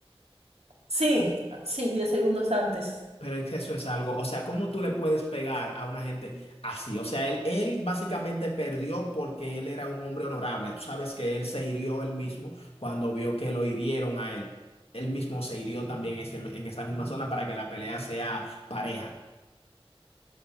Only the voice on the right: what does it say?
Sí, sí, 10 segundos antes.